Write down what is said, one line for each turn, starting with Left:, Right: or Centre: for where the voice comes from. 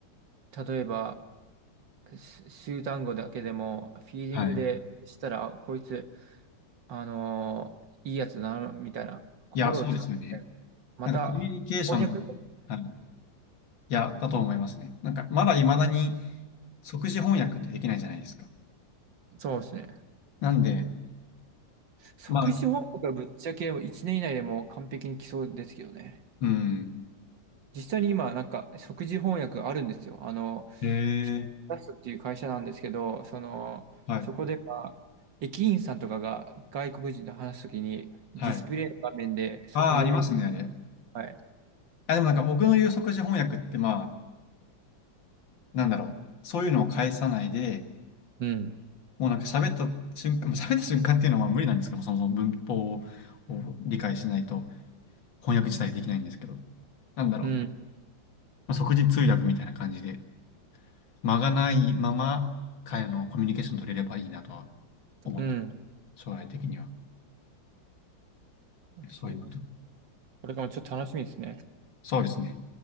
Right: 例えば、す数単語だけでもフィーリングでしたら、
Left: はい。
Right: あこいつ、あのーいいやつだな、みたいな心を使って、
Left: いや、そうですよね。
Right: また、
Left: なんかコミュニケーション、
Right: 翻訳、
Left: はいいや、だと思いますね。なんか、まだ未だに即時翻訳ってできないじゃないですか。
Right: そうですね。
Left: なんで、
Right: 即時翻訳がぶっちゃけ1年以内でもう完璧に来そうですけどね。
Left: まあ、うん。
Right: 実際に今、なんか、即時翻訳あるんですよ。あの、
Left: へえ、
Right: ピタスっていう会社なんですけど、その、
Left: はい、
Right: そこでは、駅員さんとかが外国人と話すときに、ディスプレイの画面で即時翻訳、
Left: はい。ああ、ありますね、あれ。
Right: はい。
Left: あ、でもなんか僕の言う即時翻訳って、まあ、なんだろう。そういうのを返さないで、
Right: うん、
Left: もうなんか喋った瞬間、喋った瞬間っていうのはまあ無理なんですけども、そもそも文法を理解しないと翻訳自体できないんですけど、なんだろう。
Right: うん、
Left: まあ、即時通訳みたいな感じで。間がないまま、会話のコミュニケーション取れればいいなとは思ってま
Right: うん。
Left: す、将来的には。
Right: そう。
Left: そういうこと。
Right: これからもちょっと楽しみですね。
Left: そうですね。